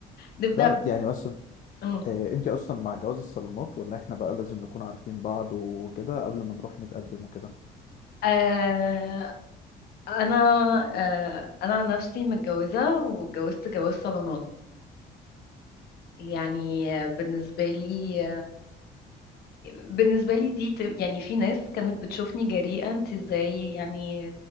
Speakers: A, on the left; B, on the left.
A: نبدأ
B: لا
A: ب...
B: يعني بس انت
A: م.
B: آه، انت اصلا مع جواز الصالونات ولا احنا بقى لازم نكون عارفين بعض وكده قبل ما نروح نتقدم وكده
A: آه... انا آه... انا عن نفسي متجوزة واتجوزت جواز صالونات يعني بالنسبة لي بالنسبة لي دي ت- يعني في ناس كانت بتشوفني جريئة انت ازاي يعني